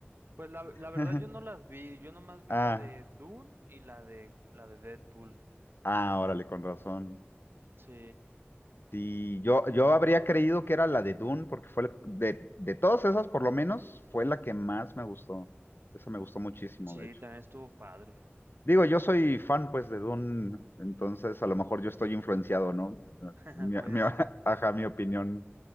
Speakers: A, on the right; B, on the left.
A: Pues la, la verdad
B: <laughs>
A: yo no las vi, yo nomás vi
B: Ah,
A: la de Dune y la de la de Deadpool.
B: ah, órale, con razón.
A: Sí,
B: Sí, yo, yo habría creído que era la de Dune, porque fue la- de, de todas esas, por lo menos, fue la que más me gustó. Esa me gustó muchísimo,
A: sí,
B: de hecho.
A: también estuvo padre.
B: Digo, yo soy fan, pues, de Dune, entonces a lo mejor yo estoy influenciado, ¿no?
A: <laughs>
B: Mi,
A: Puede
B: mi- <laughs>
A: ser.
B: ajá, mi opinión